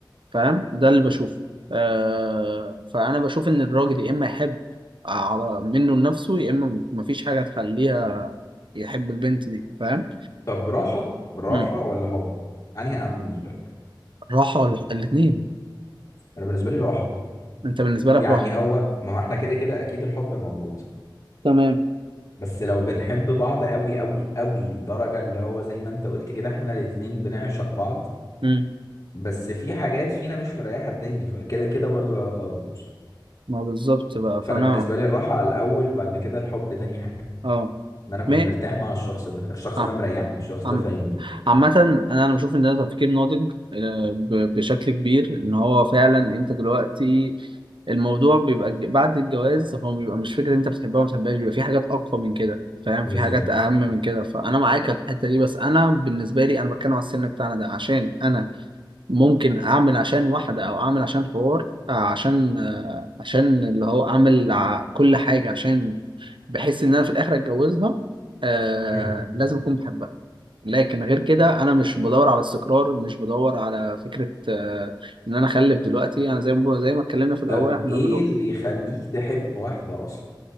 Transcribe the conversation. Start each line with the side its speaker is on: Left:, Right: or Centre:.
Right: فاهم ده اللي بشوفه آه فانا بشوف ان الراجل يا اما يحب على منه لنفسه يا اما مفيش حاجه تخليها يحب البنت دي فاهم
Left: طب راحة راحة
Right: مم.
Left: ولا حب انهي اهم بالنسبة لك
Right: راحه ولا الاثنين
Left: انا بالنسبة لي راحة
Right: انت بالنسبه لك
Left: يعني
Right: راحه
Left: هو ما هو احنا كده كده اكيد الحب موجود
Right: تمام
Left: بس لو بنحب بعض قوي قوي قوي لدرجة اللي هو زي ما انت قلت كده احنا الاتنين بنعشق بعض
Right: مم.
Left: بس في حاجات فينا مش مريحة التاني فكده كده برضو العلاقة هتبوظ
Right: ما بالظبط بقى
Left: فانا
Right: فانا
Left: بالنسبة لي الراحة على الاول بعد كده الحب تاني حاجة
Right: اه
Left: ان انا اكون
Right: مي...
Left: مرتاح مع الشخص ده الشخص
Right: آه.
Left: ده مريحني الشخص
Right: عم...
Left: ده فاهمني
Right: عامة أنا أنا بشوف إن ده تفكير ناضج آه، ب- بشكل كبير إن هو فعلا أنت دلوقتي الموضوع بيبقى الج- بعد الجواز هو بيبقى مش فكرة أنت بتحبها ولا ما بتحبهاش بيبقى في حاجات أقوى من كده فاهم
Left: بالظبط
Right: في حاجات أهم من كده فأنا معاك على الحتة دي بس أنا بالنسبة لي أنا بتكلم على السن بتاعنا ده عشان أنا ممكن أعمل عشان واحدة أو أعمل عشان حوار آه، عشان آه، عشان اللي هو أعمل ع- كل حاجة عشان بحس إن أنا في الآخر أتجوزها آه
Left: مم.
Right: لازم أكون بحبها لكن غير كده انا مش بدور على استقرار مش بدور على فكره آه، ان انا اخلف دلوقتي انا زي ما زي ما اتكلمنا في الاول
Left: طب
Right: احنا
Left: ايه
Right: بنقول
Left: اللي يخليك تحب واحدة اصلا